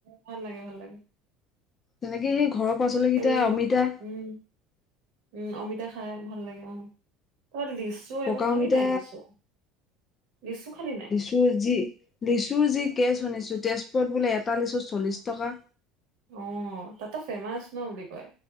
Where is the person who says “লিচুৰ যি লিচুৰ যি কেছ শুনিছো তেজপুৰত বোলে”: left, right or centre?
Left